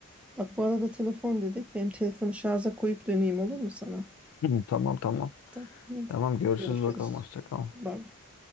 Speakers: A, in the centre; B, on the left.
A: Bak bu arada telefon dedik. Benim telefonu şarja koyup döneyim olur mu sana?
B: Hı hı. Tamam tamam.
A: Tamam. Hadi.
B: Tamam görüşürüz
A: Görüşürüz.
B: bakalım. Hoşça kal.
A: Bay bay.